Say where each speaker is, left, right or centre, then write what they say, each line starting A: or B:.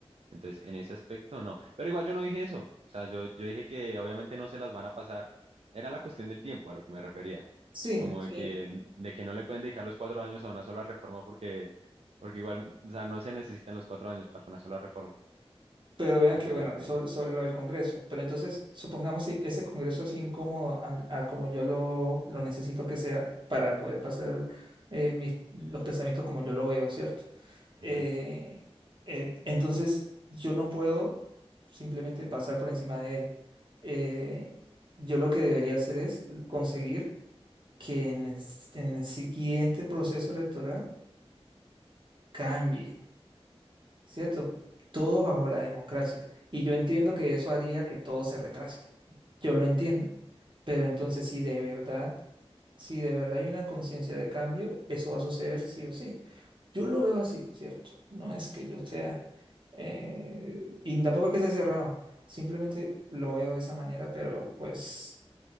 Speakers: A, on the right (about 70°); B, on the right (about 50°).
A: entonces, en ese aspecto, no. Pero igual yo no dije eso. O sea, yo, yo dije que obviamente no se las van a pasar. Era la cuestión del tiempo a lo que me refería.
B: sí,
A: Como
B: sí,
A: de que, de que no le pueden dedicar los cuatro años a una sola reforma porque, porque igual, o sea, no se necesitan los cuatro años para una sola reforma.
B: pero vea
A: A
B: que,
A: eso
B: bueno,
A: me refería.
B: sobre, sobre lo del Congreso, pero entonces, supongamos si ese Congreso es incómodo a, a como yo lo, lo necesito que sea para poder pasar eh, mis, los pensamientos como yo lo veo, ¿cierto? Eh,
A: Ujú,
B: eh, entonces, yo no puedo simplemente pasar por encima de él. Eh, yo lo que debería hacer es conseguir que en el, en el siguiente proceso electoral cambie, ¿cierto? Todo bajo la democracia. Y yo entiendo que eso haría que todo se retrase. Yo lo entiendo. Pero entonces, si de verdad, si de verdad hay una conciencia de cambio, eso va a suceder sí o sí. Yo lo veo así, ¿cierto? No es que yo sea, eh, y tampoco es que esté cerrado. Simplemente lo veo de esa manera, pero pues